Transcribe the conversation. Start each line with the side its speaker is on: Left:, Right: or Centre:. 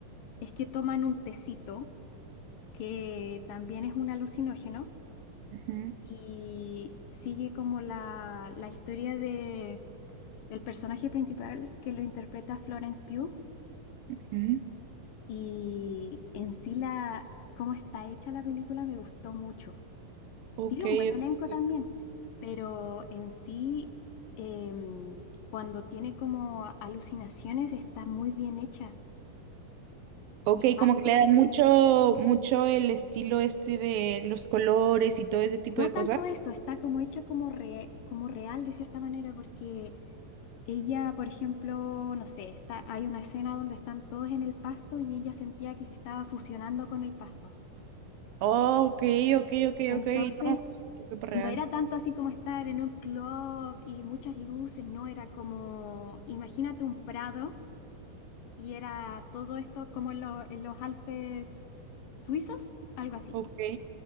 Left: es que toman un tecito que también es un alucinógeno
Right: ujú,
Left: y sigue como la, la historia de del personaje principal que lo interpreta Florence Pugh
Right: ujú.
Left: y en sí la cómo está hecha la película me gustó mucho.
Right: Ok,
Left: Tiene un buen elenco
Right: ok,
Left: también, pero en sí em, cuando tiene como alucinaciones está muy bien hecha.
Right: Ok,
Left: Y aparte
Right: como que le
Left: que
Right: dan mucho, mucho el estilo este de los colores y todo ese tipo
Left: no
Right: de
Left: tanto
Right: cosas.
Left: eso, está como hecha como, re- como real de cierta manera porque ella, por ejemplo, no sé, está, hay una escena donde están todos en el pasto y ella sentía que se estaba fusionando con el pasto.
Right: Oh, ok, ok, ok,
Left: Entonces,
Right: ok, no, es súper real.
Left: no era tanto así como estar en un club y muchas luces, no, era como, imagínate un prado y era todo esto como en, lo- en los Alpes suizos, algo así.
Right: Ok,